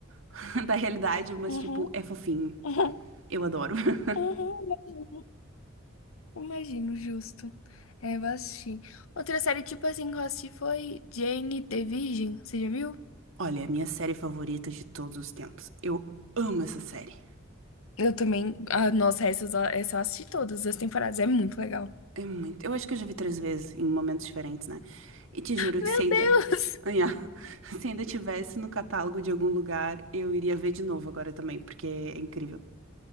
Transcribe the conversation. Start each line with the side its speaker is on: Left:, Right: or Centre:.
Right: <laughs> da realidade, mas
Left: Uhum,
Right: tipo é fofinho.
Left: <laughs> uhum,
Right: Eu adoro. <laughs>
Left: uhum. uhum. Imagino, justo. É, vou assistir. Outra série, tipo assim, que eu assisti foi Jane the Virgin. Você já viu?
Right: Olha, é a minha série favorita de todos os tempos. Eu amo essa série.
Left: Eu também. Ah, nossa, essa, essa eu assisti todas as temporadas. É muito legal.
Right: É muito. Eu acho que eu já vi três vezes em momentos diferentes, né? E te juro
Left: Meu
Right: que se ainda.
Left: Deus!
Right: Anhá, <laughs> se ainda tivesse no catálogo de algum lugar, eu iria ver de novo agora também, porque é incrível.